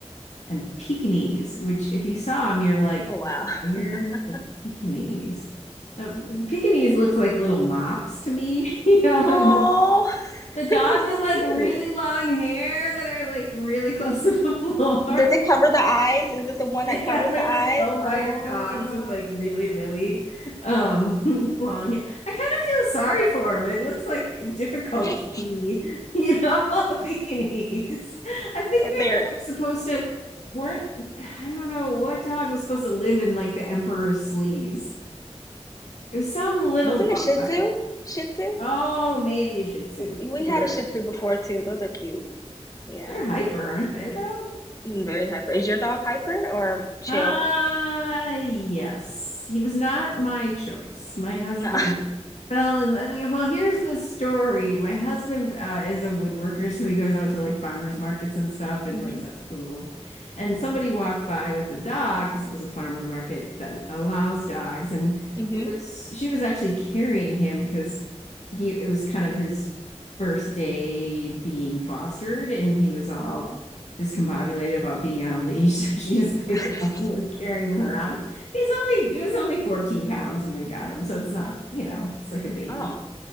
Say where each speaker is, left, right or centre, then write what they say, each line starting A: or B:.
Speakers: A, on the left; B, on the left.
A: and Pekingese, which if you saw them, you were like,
B: Oh wow.
A: where's
B: <laughs>
A: the Pekingese? The Pekingese looks like little mops to me. <laughs> You know,
B: Oh,
A: the,
B: <laughs>
A: the dogs
B: it's
A: with like
B: cute.
A: really long hair that are like really close to the <laughs> floor.
B: Does it cover the eyes? Is it the one
A: Yeah,
B: that covers
A: they're
B: the eyes?
A: like low rider
B: Oh,
A: dogs with like really, really um <laughs> long. I kind of feel sorry for them. It looks like difficult
B: <laughs>
A: to be, you know, <laughs> bikinis. I think
B: there
A: they were like supposed to weren't I don't know what dog was supposed to live in like the emperor's sleeves. It was some little
B: wasn't
A: dog.
B: a Shih Tzu. Shih Tzu.
A: Oh, maybe a Shih Tzu.
B: We
A: You're
B: had
A: right.
B: a Shih Tzu before too. Those are cute. Yeah,
A: They're hyper,
B: those
A: aren't
B: are
A: they
B: cute.
A: though?
B: Mm, Very hyper. Is your dog hyper or chill?
A: Uh, yes. He was not my choice. My husband
B: No.
A: fell in love. like, Well, here's the story. My husband uh, is a woodworker, so he goes out to like farmers markets and stuff and
B: <laughs>
A: like sets up his little. And somebody walked by with the dog because it was a farmer market that allows dogs. And
B: Mm-hmm.
A: it was, she was actually carrying him because he, it was kind of his first day being fostered and he was all
B: Oh.
A: discombobulated about being on a leash. <laughs> So she just picked
B: <laughs>
A: him up and was carrying him around. He's only he was only 14 pounds when we got him. So it's not, you know, it's like a baby.
B: Oh.